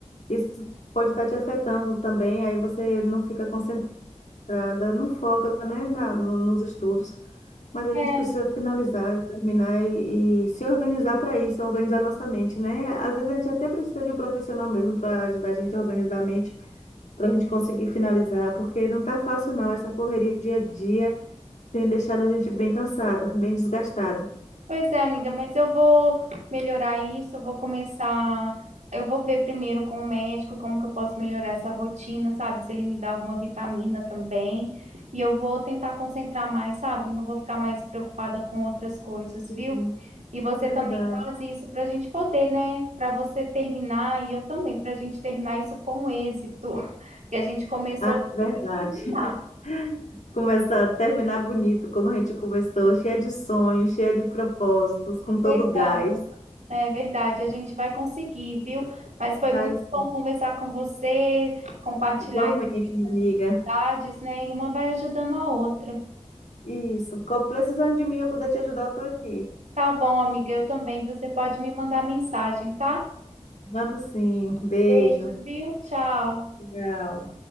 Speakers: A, on the left; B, on the right.
A: isso pode estar te afetando também, aí você não fica concentrada, não foca, né, na, no- nos estudos. Mas a
B: É,
A: gente precisa finalizar, terminar e, e se organizar para isso, organizar nossa mente, né? Às vezes a gente até precisa de um profissional mesmo para ajudar a gente a organizar a mente para a gente conseguir finalizar, porque não está fácil não, essa correria dia a dia tem deixado a gente bem cansada, bem desgastada.
B: Pois é, amiga, mas eu vou melhorar isso, eu vou começar, eu vou ver primeiro com o médico como que eu posso melhorar essa rotina, sabe? Se ele me dá alguma vitamina também. E eu vou tentar concentrar mais, sabe? Não vou ficar mais preocupada com outras coisas,
A: Sim,
B: viu? E você
A: é verdade.
B: também faz isso para a gente poder, né? Para você terminar e eu também, para a gente terminar isso com êxito, <laughs> que a gente começou
A: Ah,
B: a
A: verdade.
B: terminar.
A: <laughs> Começar, terminar bonito, como a gente começou, cheia de sonhos, cheia de propósitos, com todo
B: Verdade.
A: gás.
B: É verdade, a gente vai conseguir, viu? Mas foi
A: Mas,
B: muito bom conversar com você, compartilhar
A: igualmente,
B: essas
A: minha amiga.
B: dificuldades, né? E uma vai ajudando a outra.
A: Isso. Co- Precisando de mim, eu poder te ajudar, eu tô aqui.
B: Tá bom, amiga, eu também, viu? Você pode me mandar mensagem, tá?
A: Mando sim. Beijo.
B: Beijo, viu? Tchau.
A: Tchau.